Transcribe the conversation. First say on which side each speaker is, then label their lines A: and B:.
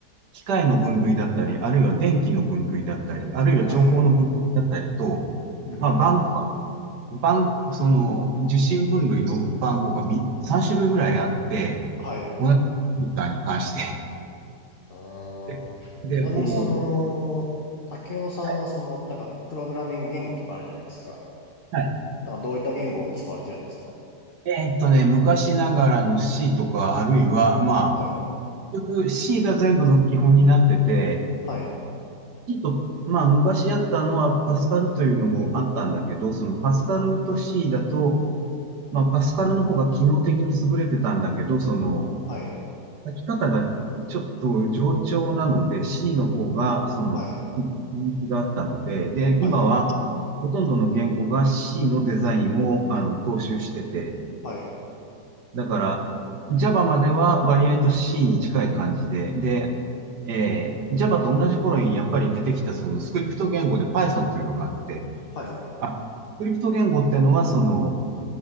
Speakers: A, on the right (about 75°); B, on the left (about 35°).
A: 機械の分類だったり、あるいは電気の分類だったり、あるいは情報の分類だったりと、
B: はい。ふんふんふんふん
A: まあ、番号が、番号、その、受信分類の番号がみ3種類ぐらいあって、
B: はい。
A: 同じコンピューターに関して。
B: あーちなみにその、
A: で、でこう、
B: 竹雄さんはその、
A: はい
B: なんか、プログラミング言語とかあるじゃないですか。
A: はい
B: なんか、どういった言語を使われてるんですか
A: えーっとね、昔ながらの C とか、あるいは、まあ、
B: はい。
A: 結局 C が全部の基本になってて、
B: はい。
A: C と、まあ、昔やったのはパスカルというのもあったんだけど、そのパスカルと C だと、まあ、パスカルの方が機能的に優れてたんだけど、その、
B: はい。
A: 書き方がちょっと冗長なので、C の方が、その、
B: はい。
A: 人気があったので、で、
B: はい。
A: 今は、ほとんどの言語が C のデザインを、あの、踏襲してて、
B: はい。
A: だから、Java までは割合と C に近い感じで、で、えー Java と同じ頃にやっぱり出てきたそのスクリプト言語で Python というのがあって、
B: はい。
A: あスクリプト言語っていうのはその